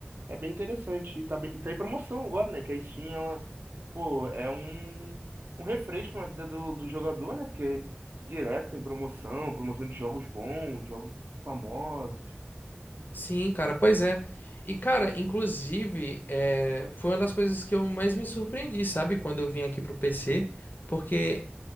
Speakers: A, on the right; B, on the left.
A: É bem interessante. E tá, bem- e tá em promoção agora, né? Que a Steam, ela, pô, é um, um refresco na vida do, do jogador, né? Porque direto tem promoção, promoção de jogos bons, jogos famosos.
B: Sim, cara, pois é. E cara, inclusive, é, foi uma das coisas que eu mais me surpreendi, sabe, quando eu vim aqui pro PC, porque